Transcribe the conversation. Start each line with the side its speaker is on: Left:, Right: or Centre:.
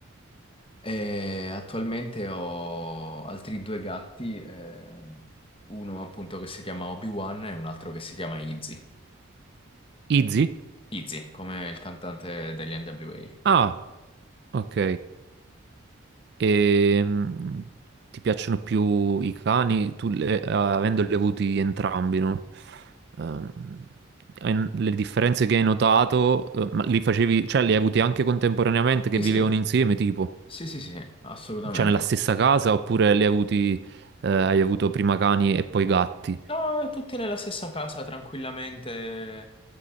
Left: E attualmente ho altri due gatti, eh, uno appunto che si chiama Obi-Wan e un altro che si chiama Izzy.
Right: Izzy?
Left: Izzy, come il cantante degli NWA.
Right: Ah, ok. E, mh, ti piacciono più i cani, tu le- eh, avendoli avuti entrambi, no? Ehm, hai- le differenze che hai notato, eh, ma li facevi, cioè li hai avuti anche contemporaneamente che
Left: Sì,
Right: vivevano
Left: sì,
Right: insieme, tipo?
Left: sì, sì, sì, assolutamente.
Right: Cioè nella stessa casa oppure li hai avuti, eh, hai avuto prima cani e poi gatti?
Left: No, tutti nella stessa casa, tranquillamente,